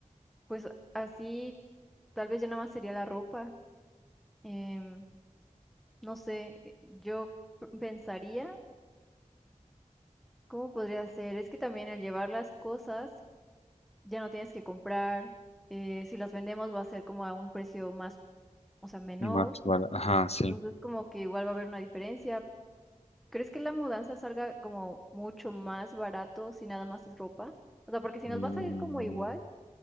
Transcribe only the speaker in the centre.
pues así tal vez ya nada más sería la ropa. Em, no sé, eh, yo p- pensaría cómo podría ser. Es que también el llevar las cosas ya no tienes que comprar. eh, si las vendemos va a ser como a un precio más, o sea, menor.
Entonces, como que igual va a haber una diferencia. ¿Crees que la mudanza salga como mucho más barato si nada más es ropa? O sea, porque si
nos va a salir como igual,